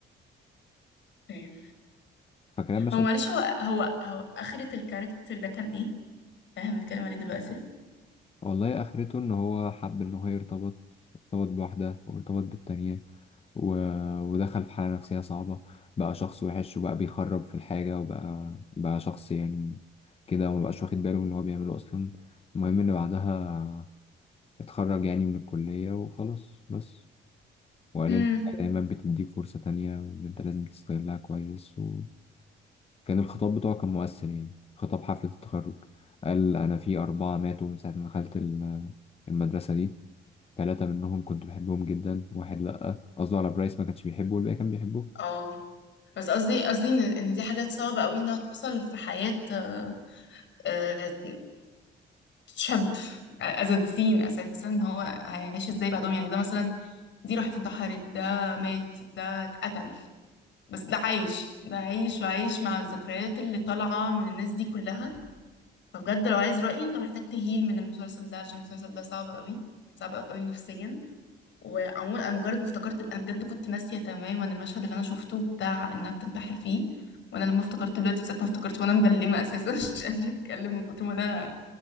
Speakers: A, on the left; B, on the left.
A: ايه
B: فكلام مشهد
A: هو معلش هو هو هو اخرة الكاركتر ده كان ايه احنا بنتكلم عليه دلوقتي
B: والله آخرته إن هو حب إن هو يرتبط ارتبط بواحدة وارتبط بالتانية و... ودخل في حالة نفسية صعبة بقى شخص وحش وبقى بيخرب في الحاجة وبقى بقى شخص يعني كده ومبقاش واخد باله من اللي هو بيعمله أصلا المهم إن بعدها اتخرج يعني من الكلية وخلاص بس وقال
A: امم
B: إن دايما بتديك فرصة تانية وإن أنت لازم تستغلها كويس وكان الخطاب بتاعه كان مؤثر يعني خطاب حفلة التخرج قال أنا في أربعة ماتوا من ساعة ما دخلت ال- المدرسة دي ثلاثة منهم كنت بحبهم جدا واحد لأ قصده على برايس ما كانش بيحبه والباقي كان بيحبه
A: اه بس قصدي قصدي ان إن دي حاجات صعبة قوي انها تحصل في حياة آه، آه، شاب as a teen اساسا هو هيعيش ازاي بعدهم يعني ده مثلا دي راحت انتحرت ده مات ده اتقتل بس ده عايش ده عايش وعايش مع الذكريات اللي طالعة من الناس دي كلها فبجد لو عايز رأيي انت محتاج تهيل من المسلسل ده عشان المسلسل ده صعب قوي صعب قوي نفسيا وعموما انا مجرد ما افتكرت انا بجد كنت ناسية تماما المشهد اللي انا شفته بتاع انها بتنتحر فيه وانا لما افتكرت دلوقتي من ساعة ما افتكرت وانا مبلمة اساسا <laughs> مش قادرة اتكلم من كتر ما انا